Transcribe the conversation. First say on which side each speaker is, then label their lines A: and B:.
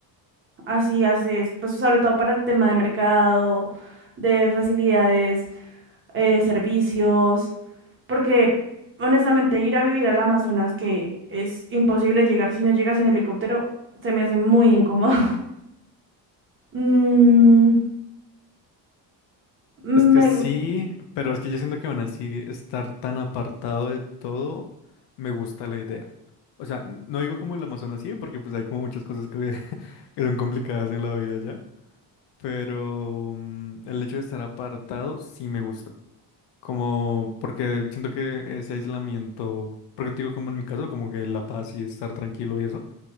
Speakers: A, on the right; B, on the left.
A: Así haces, pues sobre todo para el tema de mercado, de facilidades, eh, servicios, porque honestamente ir a vivir al Amazonas, que es imposible llegar si no llegas en helicóptero, se me hace muy incómodo. <laughs> Mm, me
B: Es que sí,
A: gu-
B: pero es que yo siento que van así estar tan apartado de todo, me gusta la idea. O sea, n- no digo como el Amazonas sí, porque pues hay como muchas cosas que, <laughs> que son complicadas en la vida ya, pero mm, el hecho de estar apartado sí me gusta. Como porque siento que ese aislamiento, porque te digo como en mi caso, como que la paz y estar tranquilo y eso,